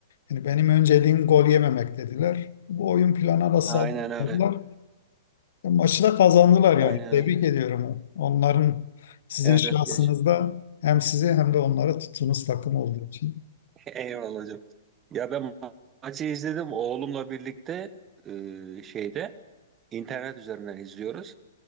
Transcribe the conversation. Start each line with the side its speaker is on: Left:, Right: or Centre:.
Left: Yani benim önceliğim gol yememek dediler. Bu oyun planına da sadık
Right: Aynen öyle.
Left: kaldılar. E, Maçı da kazandılar
Right: Aynen
Left: yani.
Right: öyle.
Left: Tebrik ediyorum. Onların sizin
Right: Evet
Left: şahsınızda
Right: evet geç.
Left: hem sizi hem de onlara tuttuğunuz takım olduğu için.
Right: <laughs> Eyvallah hocam. Ya ben ma- maçı izledim oğlumla birlikte e, şeyde internet üzerinden izliyoruz.